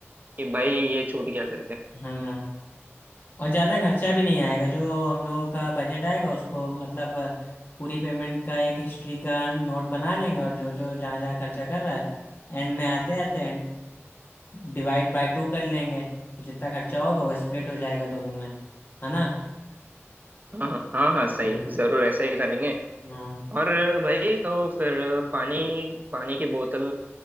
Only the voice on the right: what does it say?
कि भाई ये छूट गया करके
हाँ हाँ हाँ हाँ, सही
जरूर ऐसा ही करेंगे
और भाई तो फिर पानी पानी की बोतल